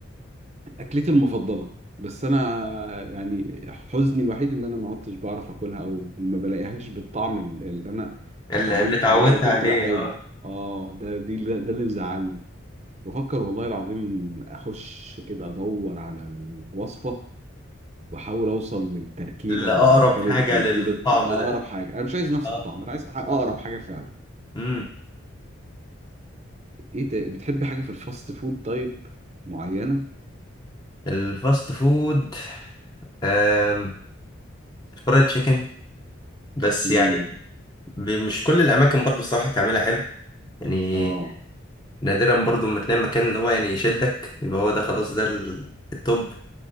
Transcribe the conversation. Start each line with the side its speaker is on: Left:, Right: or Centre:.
Right: اكلتي المفضله بس انا يعني حزني الوحيد ان انا ما عدتش بعرف اكلها او ما بلاقيهاش بالطعم ال- اللي انا
Left: اللي,
Right: اتعودت
Left: اللي اتعودت
Right: عليه او كنت
Left: عليه
Right: بحبه
Left: أه
Right: اه ده دي ده اللي مزعلني بفكر والله العظيم اخش كده ادور على الوصفه واحاول اوصل للتركيبه
Left: اللي
Right: اللي
Left: أقرب
Right: كانت
Left: حاجة
Right: بتجيب
Left: للطعم
Right: الط- اقرب
Left: ده
Right: حاجه انا مش عايز نفس
Left: أه
Right: الطعم انا عايز اقرب حاجه فعلا
Left: امم
Right: ايه ده بتحبي حاجة في الفاست فود طيب معينة؟
Left: الفاست فود آم، فرايد تشيكن بس
Right: امم
Left: يعني ب- مش كل الأماكن برضو الصراحة بتعملها حلو يعني
Right: اه
Left: نادرا برضو ما تلاقي مكان اللي هو يعني يشدك يبقى هو ده خلاص ده ال- التوب